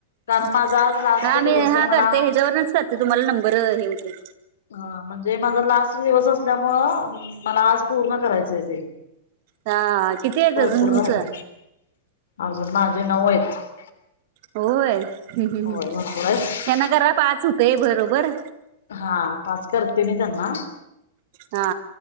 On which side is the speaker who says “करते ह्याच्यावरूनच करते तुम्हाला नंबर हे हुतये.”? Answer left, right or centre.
Right